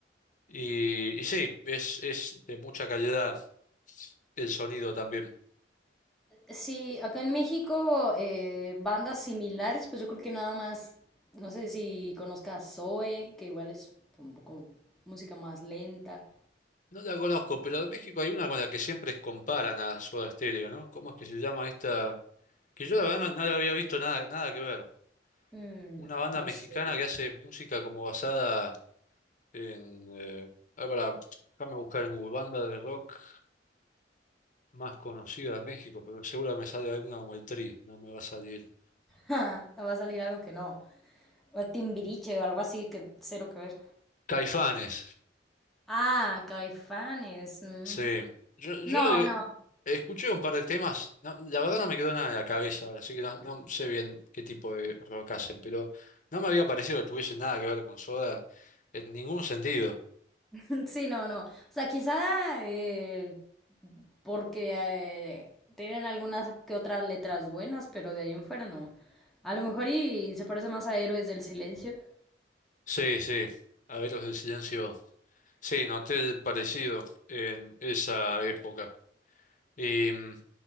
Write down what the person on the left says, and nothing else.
y, y sí, es, es de mucha calidad el sonido también.
No la conozco, pero de México hay una con la que siempre comparan a Soda Stereo, ¿no? ¿Cómo es que se llama esta? Que yo la verdad no, no la había visto nada, nada que ver.
Una banda
mexicana
que hace música como basada en... Eh, ah, pará, déjame buscar en Google, banda de rock. más conocida de México, pero seguro que me sale alguna como el Tri, no me va a salir.
Caifanes,
sí. Yo, yo,
eh,
escuché un par de temas, no, la verdad no me quedó nada en la cabeza ahora, así que no, no sé bien qué tipo de rock hacen, pero no me había parecido que tuviese nada que ver con Soda en ningún sentido.
Sí, sí, Abetos del Silencio. Sí, noté el parecido en esa época. Y mm,